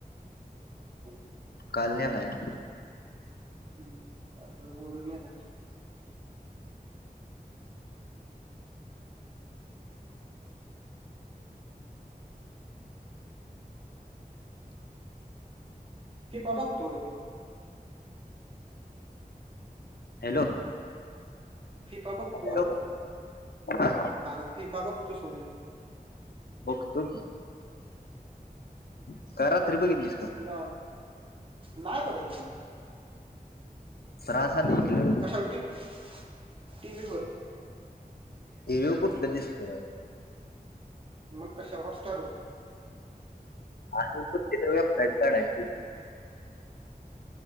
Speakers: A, on the right (about 35°); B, on the left (about 80°).
A: हो.
B: <inaudible>
A: <inaudible> <inaudible>
B: हॅलो!
A: फी पा बघतो
B: हॅलो
A: आहे म्हण
B: हा
A: आ फी पा बघतो सोय.
B: बघतो क. घ रात्री बघितली.
A: कुठला नाही बघ त.
B: तरासाली किलो.
A: कशावर टी टीव्ही वर.
B: टीव्ही वर कुठलं दिसते?
A: मग कशावर होस्टार.
B: असल कुती तर वेबसाईट काढायची.